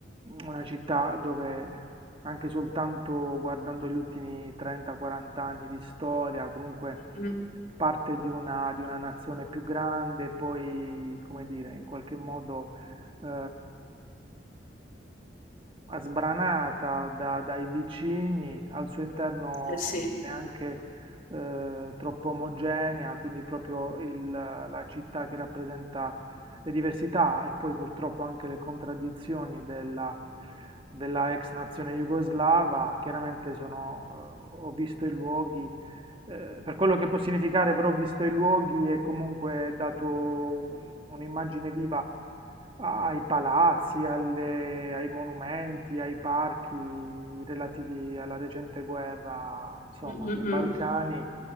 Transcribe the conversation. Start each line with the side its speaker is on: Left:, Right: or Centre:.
Right: una città dove anche soltanto guardando gli ultimi 30-40 anni di storia, comunque
Left: Mm,
Right: parte di una, di una nazione più grande, poi, come dire, in qualche modo eh, sbranata da- dai vicini, al suo interno
Left: eh sì.
Right: neanche eh, troppo omogenea, quindi proprio il- la città che rappresenta le diversità e poi purtroppo anche le contraddizioni della, della ex nazione jugoslava, chiaramente sono, eh, ho visto i luoghi eh, per quello che può significare, però, visto i luoghi, è comunque dato un'immagine viva ai palazzi, alle- ai monumenti, ai parchi relativi alla recente guerra, insomma,
Left: Mm, mm,
Right: dei
Left: mm.
Right: Balcani,